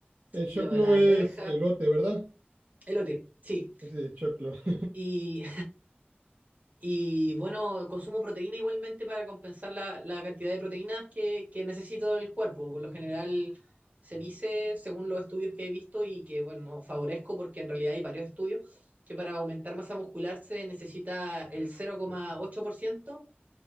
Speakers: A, on the right; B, on the right.
A: El choclo
B: lo- la arveja,
A: es elote, ¿verdad?
B: elote, sí.
A: Ese es choclo. <laughs>
B: Y Y bueno, consumo proteína igualmente para compensar la, la cantidad de proteínas que, que necesito el cuerpo. Por lo general se dice, según los estudios que he visto y que, bueno, favorezco porque en realidad hay varios estudios, que para aumentar masa muscular se necesita el cero coma ocho por ciento